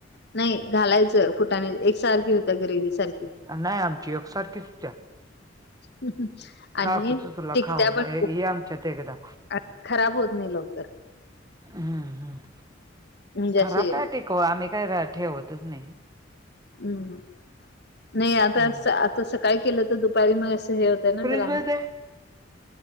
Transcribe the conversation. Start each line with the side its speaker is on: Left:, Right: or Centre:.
Left: नाही घालायचं फुटाने एकसारखी होत्या ग्रेवी सारखी.
Right: नाही आमची एकसारखीच होत्या.
Left: हम्म् आणि
Right: दाखवतो तुला
Left: टिकत्या
Right: खाऊन.
Left: पण
Right: ए,
Left: खूप
Right: ये
Left: <inaudible>
Right: आमच्यात एकदा.
Left: आणि खराब होत नाही लवकर.
Right: हम्म हम्म
Left: म्हणजे
Right: खराब
Left: अशी
Right: काय टिकवा आम्ही काही र ठेवतच नाही.
Left: हम्म नाही आता
Right: हम्म.
Left: आता सकाळी केलं तर दुपारी मग असं हे हो ते ना
Right: फ्रीज
Left: त्याला
Right: मध्ये